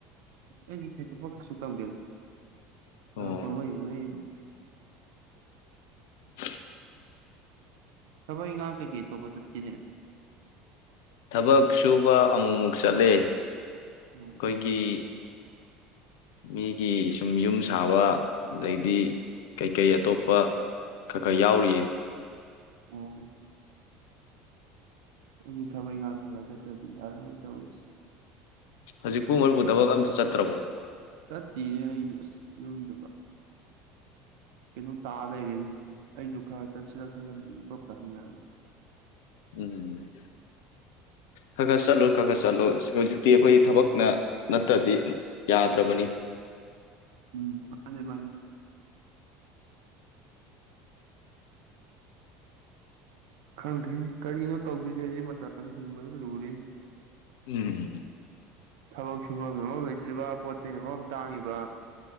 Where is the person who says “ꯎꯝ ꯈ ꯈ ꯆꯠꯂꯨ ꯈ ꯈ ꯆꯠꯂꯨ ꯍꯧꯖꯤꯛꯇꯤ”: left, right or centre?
Left